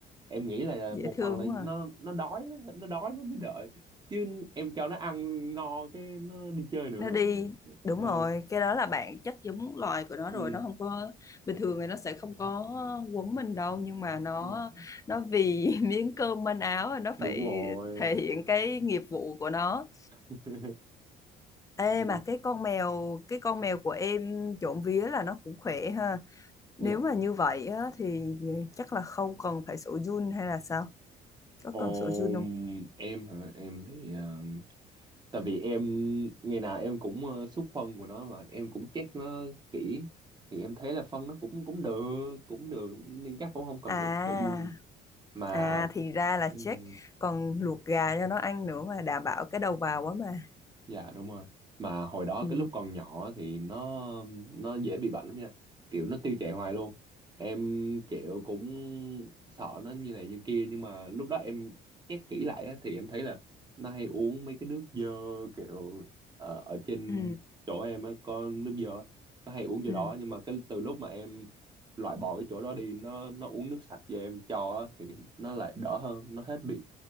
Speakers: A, on the right; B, on the left.
A: em nghĩ là
B: Dễ
A: một
B: thương
A: phần là
B: quá.
A: nó
B: à.
A: nó đói á, nó đói nó mới đợi chứ em cho nó ăn no cái nó đi chơi nữa
B: Nó đi đúng
A: ờ
B: rồi, cái đó là bạn chắc giống loài của nó
A: ừ
B: rồi, nó không có bình thường thì nó sẽ không có quấn mình đâu, nhưng mà nó
A: dạ,
B: nó vì <laughs> miếng cơm manh áo nó
A: đúng
B: phải
A: rồi
B: thể hiện cái nghiệp vụ của nó.
A: <laughs>
B: Ê
A: Ừ,
B: mà cái con mèo, cái con mèo của em trộm vía là nó cũng khỏe ha.
A: dạ
B: Nếu mà như vậy á, thì chắc là không cần phải sổ Jun hay là sao? Có
A: Ôm
B: cần sổ Jun không?
A: em hả em thì ờ, tại vì em ngày nào em cũng uh, xúc phân của nó mà em cũng check nó kỹ thì em thấy là phân nó cũng cũng được cũng được nên chắc cũng không cần
B: À,
A: phải phải giun mà
B: à thì ra là
A: um,
B: check còn luộc gà cho nó ăn nữa mà đảm bảo cái đầu vào quá mà.
A: Dạ đúng rồi. Mà hồi đó
B: Ừ,
A: cái lúc còn nhỏ thì nó nó dễ bị bệnh lắm nha. Kiểu nó tiêu chảy hoài luôn. Em kiểu cũng sợ nó như này như kia nhưng mà lúc đó em check kỹ lại á, thì em thấy là nó hay uống mấy cái nước dơ kiểu ở, ở trên
B: ừ,
A: chỗ em á có nước dơ nó hay uống chỗ
B: ừ.
A: đó nhưng mà cái từ lúc mà em loại bỏ cái chỗ đó đi nó nó uống nước sạch cho em cho á, thì nó lại đỡ hơn, nó hết bị